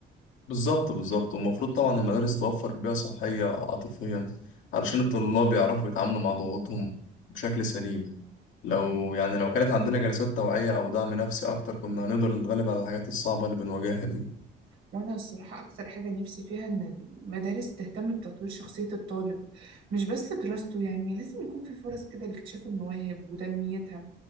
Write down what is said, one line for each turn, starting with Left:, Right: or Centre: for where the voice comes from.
Left: بالظبط بالظبط والمفروض طبعا المدارس توفر بيئة صحية عاطفيا علشان الطلاب يعرفوا يتعاملوا مع ضغوطهم بشكل سليم لو يعني لو كانت عندنا جلسات توعية أو دعم نفسي أكتر كنا هنقدر نتغلب على الحاجات الصعبة اللي بنواجهها دي
Right: وأنا الصراحة أكتر حاجة نفسي فيها إن المدارس تهتم بتطوير شخصية الطالب مش بس دراسته يعني لازم يكون في فرص كده لاكتشاف المواهب وتنميتها